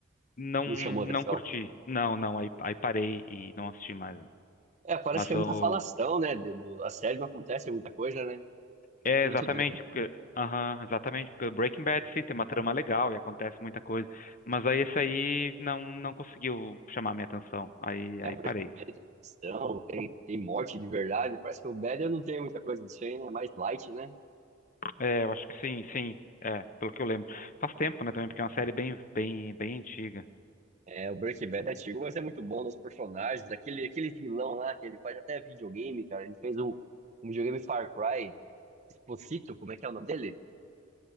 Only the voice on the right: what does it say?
Não
chamou atenção.
É, parece
que é
muita falação, né? de- do- a série não acontece muita coisa, né?
Muito,
muito drama,
é
apresentação, tem, tem morte de verdade. Parece que o Better não tem muita coisa disso aí, né? É mais light, né?
É, o Breaking Bad é antigo, mas é muito bom nos personagens. Aquele, aquele vilão lá, que ele faz até videogame, cara. Ele fez um, um videogame Far Cry. Esposito, como é que é o nome dele?